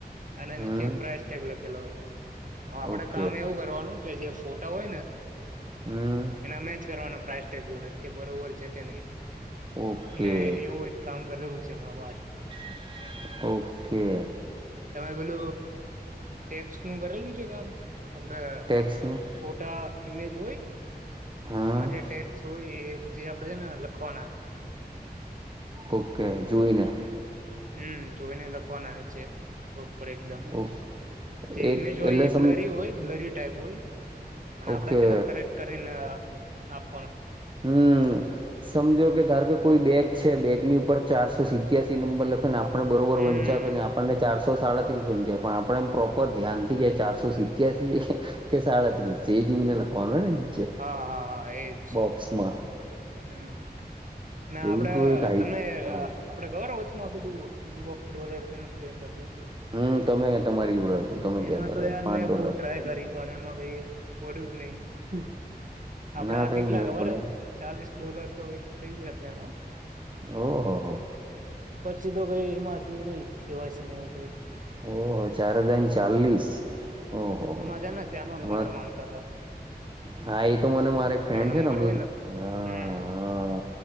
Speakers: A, on the right (about 50°); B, on the right (about 30°).
A: અનેન
B: હમ
A: નીચ પ્રઇસ ટેગલા કેલા હોય આપડે
B: ઓકે
A: કામ એવું કરવાનું કે જે ફોટા હોય ને
B: હમ
A: એના મેચ કરવાના પ્રાઈસટેુડ કે બરોબર છે કે નહી
B: ઓકે
A: એટલે એવું એક કામ કરેલું છે જેમાં વા્ટ
B: <inaudible> ઓકે
A: તમે પેલું ટેપસ નું કરેલું છે કામ આપડે
B: ટેક્સનું
A: ફોટા ઈમેજ હોય <inaudible>
B: હા
A: મજા ટેટ સુય એ પછ આપડે છે ને લખવાના
B: ઓકે જોુઈને
A: હમ જોઈને લખવાના નીચે ઉપ એકદમ
B: ઓક
A: જે
B: એક
A: ઇમેજ
B: એટલે
A: હોય એ
B: સમ
A: બ્લરી હોય બ્લરી ટાઈપ હોય પણ આપડ
B: ઓકે
A: છે ને કરેક્ટ કરીને આપપ
B: હમ સમજો કે ધાર કે કોઈ બેગ છે બેગની ઉપર ચારસો સિત્યાસી નંબર લખ ને આપ આપણે બરોબર
A: હમ
B: વંચ્યાતો આપણને ચાર સો સાડત્રીસ વન છે પણ આપડણે એમ પ્રોપર ધ્યાનથી કે ચારસો સિત્યાસી છે કે સાડત્રીસ એ જોઈને લખવાનું હોય ને નીચે
A: હા હા હા એજ
B: બોક્સમાં
A: હમ અને
B: એવું
A: આપડે
B: તો એક આઈ
A: તમે
B: હા
A: આપડે ખબર હો માં પેલું ઇનબોક્સ ડોલર કેક હતું
B: હમ તમે તમારી જોડે હતું તમે
A: એમાં
B: કહેતા
A: તો
B: હતા
A: યાર
B: પાંચ
A: મેં
B: ડોલર
A: બહ ટ્રાય કરી પણ એમાં કઈ વડ્યું જ નહીિ હમ આપડા
B: ના થયું
A: કેટલા
B: મેળ
A: ખબર
B: પડે
A: જ ચાલીસ ડોલર તો કઈ થઈ જ એમાં
B: ઓહ હો
A: પછી તો કઈ એમાં થયું નહી કેવાય સિનેમા કઈ
B: ઓહ ચાર હજ ચાલીસ ઓહો હો
A: એમાં
B: હમણાં
A: જ ને ત્યાંનો નંબર માંગતા હતાા
B: હા એ તો મને મારે એક ફ્રેન્ડ
A: નંબર
B: છેને અીરી
A: હોય ને
B: હ
A: હમ